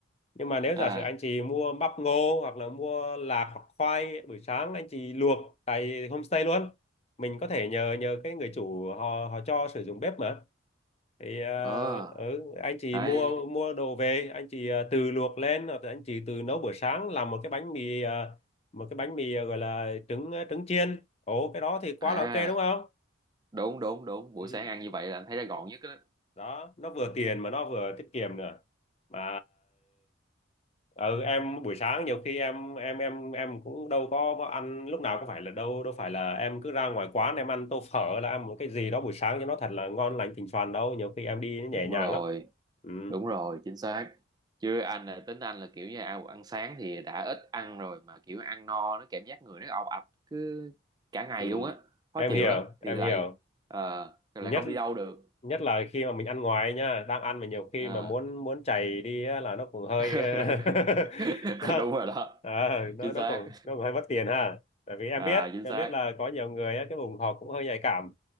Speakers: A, on the left; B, on the right.
A: nhưng mà nếu
B: à
A: giả sử anh chị mua bắp ngô hoặc là mua lạc hoặc khoai buổi sáng anh chị luộc tại homestay luôn mình có thể nhờ nhờ cái người chủ họ họ cho sử dụng bếp mà thì ờ,
B: ờ
A: ừ, anh chị
B: đấy
A: mua mua đồ về anh chị ờ, tự luộc lên hoặc là anh chị tự nấu buổi sáng làm một cái bánh mì ờ, một cái bánh mì ờ, gọi là trứng ờ, trứng chiên ồ cái đó thì quá
B: à
A: là ok đúng không
B: đúng đúng đúng buổi
A: ừ.
B: sáng ăn như vậy là anh thấy nó gọn nhất đó
A: đó nó vừa tiền mà nó vừa tiết kiệm nữa mà ừ, em buổi sáng nhiều khi em em em em cũng đâu có ăn lúc nào có phải là đâu đâu phải là em cứ ra ngoài quán em ăn tô phở là ăn một cái gì đó buổi sáng cho nó thật là ngon lành thịnh soàn đâu nhiều khi em đi
B: đúng
A: nhẹ nhàng
B: rồi
A: lắm ừ,
B: Đúng rồi, chính xác. Chứ anh là tính anh là kiểu như ăn ăn sáng thì đã ít ăn rồi mà kiểu ăn no nó cảm giác người nó ọp ạch cứ cả ngày
A: ừ.
B: luôn á, khó
A: em
B: chịu
A: hiểu
B: lắm
A: em
B: thì lại
A: hiểu
B: ờ, lại
A: nhất
B: không đi đâu được.
A: nhất là khi mà mình ăn ngoài nhá đang ăn mà nhiều khi
B: Ờ.
A: mà muốn muốn chảy đi á, là nó cũng hơi
B: <laughs>
A: <laughs> nó
B: Đúng rồi đó,
A: à, nó
B: chính
A: nó
B: xác.
A: cũng nó cũng hơi mất tiền ha tại vì em
B: À
A: biết
B: chính
A: em
B: xác.
A: biết là có nhiều người á, cái vùng họ cũng hơi nhạy cảm